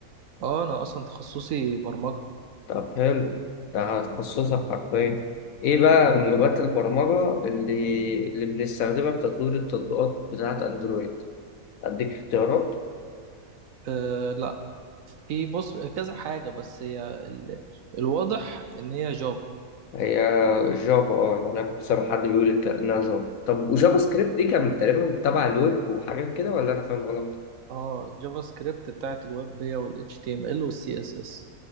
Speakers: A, on the right; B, on the left.
A: اه انا اصلا تخصصي برمجة
B: طب حلو ده هتخصصك حرفيا ايه بقى من لغات البرمجة اللي اللي بنستخدمها في تطوير التطبيقات بتاعة اندرويد اديك اختيارات
A: أه لا في بص كذا حاجة بس هي ال... الواضح ان هي جافا
B: هي جافا اه يعني انا كنت سامع حد بيقول الك- انها جافا طب وجافا سكريبت دي كان تقريبا تبع الويب وحاجات كده ولا انا فاهم غلط
A: اه الجافا سكريبت بتاعت الويب هي وال HTML وال CSS